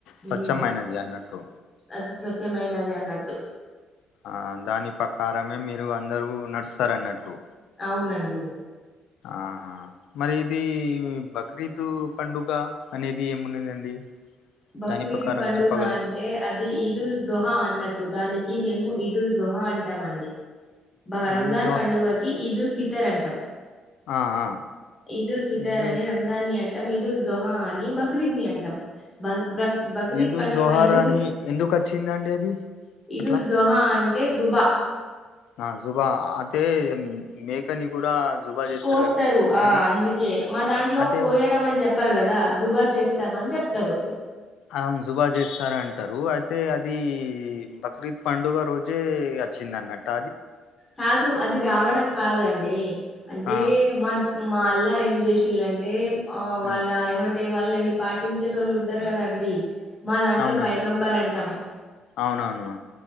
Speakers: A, on the left; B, on the left.
A: స్వచ్ఛమైనది
B: ఉమ్
A: అన్నట్టు
B: అది స్వచ్ఛమైనది అన్నట్టు
A: ఆ దాని ప్రకారమే మీరు అందరు నడుస్తారు అన్నట్టు
B: అవునండి
A: ఆహా మరి ఇది బక్రీదు పండుగ అనేది ఏమున్నదండి
B: బక్రీద్
A: దాని ప్రకారం
B: పండుగ
A: చెప్పగల
B: అంటే అది ఈదుల్ జొహా అన్నట్టు దానికి మేము ఈదుల్ దుహా అంటామండి రంజాన్
A: ఇది జోహా
B: పండుగకి ఈదుల్ ఫి తేరంటం
A: ఆ ఆ
B: ఈదుల్ ఫితర్
A: ఇది
B: అనే రంజాన్ ని అంటా మీద జొహా అని బక్రీద్ని అంటాం బ బ బక్రీద్
A: ఇది
B: పండుగ
A: జోహార్
B: ఎందుకు
A: అని ఎందుకు వచ్చిందండి అది
B: ఇదుల్
A: అట్లా
B: జోహా అ ఏ జుబా
A: ఆ జుబా అతే మేకని కూడా జుబా చేస్తారు
B: కోస్తారు
A: కదా
B: ఆ
A: అది
B: అందుకే మా దాంట్లో
A: అదే
B: కోయడం అని చెప్పారు కదా జుబా చేస్త ఇస్తామని చెప్తారు
A: అవును జుబా చేస్తార అంటారు అయితే అది బక్రీద్ పండుగ రోజే వచ్చింద అన్నట
B: కాదు అది రావడం కాదు అండి అంటే
A: ఆ
B: మా మా అల్లా ఏం చేసీల్ అంటే ఆ వాళ్ళ
A: ఉమ్
B: ఏమంటే వాళ్ళని పాటించేటోళ్లు ఉంటారు కదా అండి మా దాంట్లో
A: అవునండి
B: పైగంబర్ అంటాము
A: అవునవును